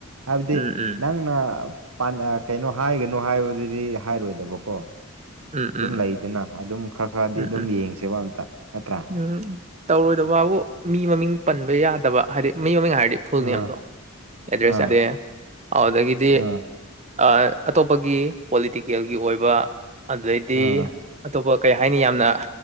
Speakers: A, on the right; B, on the right.
A: ꯍꯥꯏꯕꯗꯤ
B: ꯎꯝ ꯎꯝ
A: ꯅꯪꯅ ꯄꯥꯟꯗ ꯀꯩꯅꯣ ꯍꯥꯏꯒꯅꯨ ꯍꯥꯏꯕꯗꯨꯗꯤ ꯍꯥꯏꯔꯣꯏꯗꯕꯀꯣ
B: ꯎꯝ
A: ꯑꯗꯨꯝ
B: ꯎꯝ
A: ꯂꯩꯗꯅ ꯑꯗꯨꯝ ꯈꯔ ꯈꯔꯗꯤ
B: ꯎꯝ
A: ꯑꯗꯨꯝ
B: ꯎꯝ
A: ꯌꯦꯡꯁꯦꯕ ꯑꯝꯇ ꯅꯠꯇ꯭ꯔꯥ
B: ꯎꯝ ꯇꯧꯔꯣꯏꯗꯕꯕꯨ ꯃꯤ ꯃꯃꯤꯡ ꯄꯟꯕ ꯌꯥꯗꯕ ꯍꯥꯏꯗꯤ ꯃꯤ ꯃꯃꯤꯡ ꯍꯥꯏꯔꯗꯤ ꯐꯨꯜ
A: ꯑꯥ
B: ꯅꯦꯝꯗꯣ ꯑꯦꯗꯦꯁ
A: ꯑꯥ
B: ꯌꯤꯗꯦ ꯑꯗꯨꯗꯒꯤꯗꯤ
A: ꯑꯥ
B: ꯑ ꯑꯇꯣꯞꯄꯒꯤ ꯄꯣꯂꯤꯇꯤꯀꯦꯜꯒꯤ ꯑꯣꯏꯕ ꯑꯗꯩꯗꯤ
A: ꯑꯥ
B: ꯑꯇꯣꯞꯄ ꯀꯩ ꯍꯥꯏꯅꯤ ꯌꯥꯝꯅ